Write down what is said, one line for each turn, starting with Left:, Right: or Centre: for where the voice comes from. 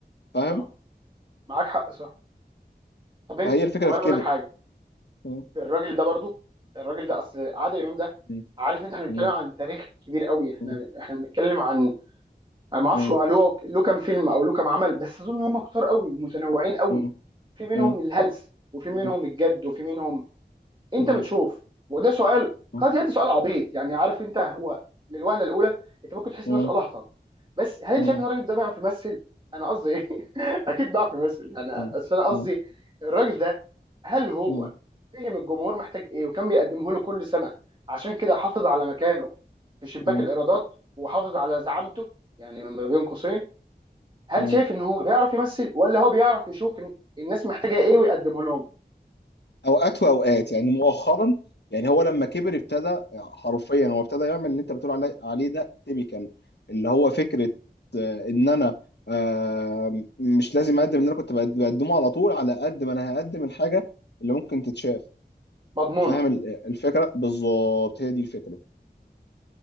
Left: فاهم
Right: اه معاك حق صح طب انت
Left: فهي الفكره
Right: طب انا
Left: في
Right: اقول
Left: كده
Right: لك حاجه
Left: مم.
Right: الراجل ده برضو الراجل ده اصل عادل امام ده
Left: مم.
Right: عارف انت احنا بنتكلم
Left: مم.
Right: عن تاريخ كبير قوي احنا
Left: مم.
Right: احنا بنتكلم عن انا ما اعرفش
Left: مم.
Right: هو له له كام فيلم او له كام عمل بس اظن هم كتار قوي ومتنوعين قوي
Left: مم.
Right: في منهم
Left: مم. مم.
Right: الهلس وفي منهم
Left: مم.
Right: الجد وفي منهم انت
Left: مم.
Right: بتشوف وده سؤال
Left: مم.
Right: قد يبدو سؤال عبيط يعني عارف انت هو للوهله الاولى انت ممكن تحس
Left: مم.
Right: ان ده سؤال اهطل بس هل انت
Left: مم.
Right: شايف ان الراجل ده بيعرف يمثل؟ انا قصدي ايه؟ <laughs> اكيد بيعرف يمثل يعني اصل
Left: مم.
Right: انا قصدي
Left: مم.
Right: الراجل ده هل هو
Left: مم.
Right: فهم الجمهور محتاج ايه وكان بيقدمه له كل سنه عشان كده حافظ على مكانه في شباك
Left: مم.
Right: الايرادات وحافظ على زعامته يعني ما بين قوسين هل
Left: مم.
Right: شايف ان هو بيعرف يمثل ولا هو بيعرف يشوف إن الناس محتاجه ايه ويقدمه لهم
Left: اوقات واوقات يعني مؤخرا يعني هو لما كبر ابتدى حرفيا هو ابتدى يعمل اللي انت بتقول علي- عليه ده تيبيكال اللي هو فكره آه، ان انا آه، مش لازم اقدم اللي انا كنت بقد- بقدمه على طول على قد ما انا هقدم الحاجه اللي ممكن تتشاف
Right: مضمونه
Left: فاهم ال- الفكره بالظبط هي دي الفكره